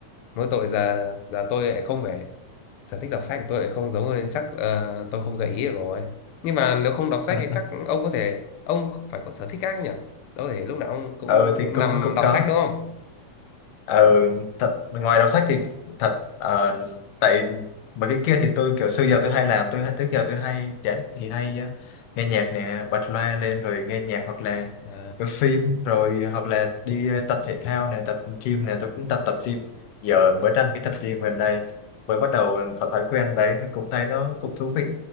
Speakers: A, on the left; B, on the left.
A: mỗi tội giờ giờ tôi lại không phải sở thích đọc sách của tôi lại không giống nên chắc ờ, tôi không gợi ý được rồi. Nhưng mà nếu không đọc sách
B: <laughs>
A: thì chắc ông có thể ông phải có sở thích khác nhỉ? Đâu thể lúc nào ông cũng
B: ừ thì cũng
A: nằm
B: cũng
A: đọc
B: có
A: sách đúng không?
B: ừ, thật ngoài đọc sách thì thật ờ, tại mà cái kia thì tôi kiểu xưa giờ tôi hay làm tôi trước giờ tôi hay chán thì hay ờ, nghe nhạc nè bật loa lên rồi nghe nhạc hoặc là
A: Ờ,
B: cái phim rồi hoặc là đi ờ, tập thể thao nè tập gym nè tôi cũng tập tập gym giờ
A: ờ,
B: mới đăng cái tập gym gần đây mới bắt đầu có thói quen đấy nó cũng thấy nó cũng thú vị